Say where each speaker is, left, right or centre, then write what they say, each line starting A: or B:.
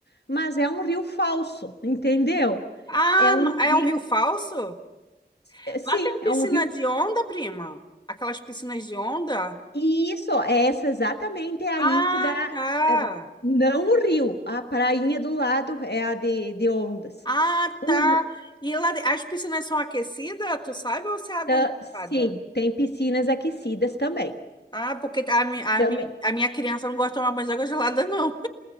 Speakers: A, on the left (about 80°); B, on the left (about 25°).
A: mas é um rio falso, entendeu?
B: Ah,
A: É um
B: no- é
A: rio,
B: um rio falso?
A: é, sim,
B: Lá tem piscina
A: é um rio.
B: de onda, prima? Aquelas piscinas de onda?
A: E isso, é essa exatamente é aí
B: Ah,
A: que dá,
B: tá.
A: é, não o rio, a prainha do lado é a de, de ondas.
B: Ah,
A: O,
B: tá. E lá, de- as piscinas são aquecidas, tu sabe, ou se é água
A: tá, sim,
B: gelada?
A: tem piscinas aquecidas também,
B: Ah, porque a, mi- a,
A: também.
B: mi- a minha criança não gosta de tomar banho de água gelada, não.